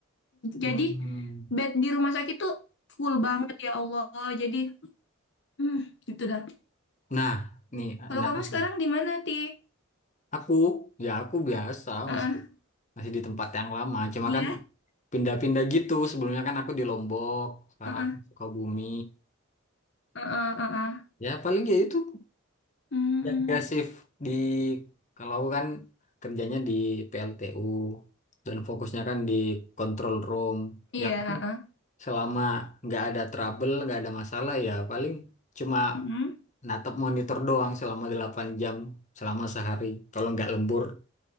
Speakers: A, on the left; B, on the left.
A: Hmm.
B: jadi bed di rumah sakit tuh full banget ya Allah jadi hmm, gitu dah
A: Nah, nih
B: Kalau
A: menarik.
B: kamu sekarang
A: nih.
B: di mana, Ti?
A: Aku ya aku biasa
B: Heeh.
A: masih masih di tempat yang lama. Cuma
B: Iya.
A: kan pindah-pindah gitu. Sebelumnya kan aku di Lombok, sekarang
B: Heeh.
A: aku di Sukabumi.
B: Heeh, heeh.
A: Ya paling ya itu
B: Hmm.
A: Ya, ya shift di kalau aku kan kerjanya di PLTU dan fokusnya kan di control room.
B: Iya,
A: Ya paling
B: heeh.
A: selama nggak ada trouble, nggak ada masalah ya paling cuma
B: Mm-mm.
A: natap monitor doang selama 8 jam selama sehari. Kalau nggak lembur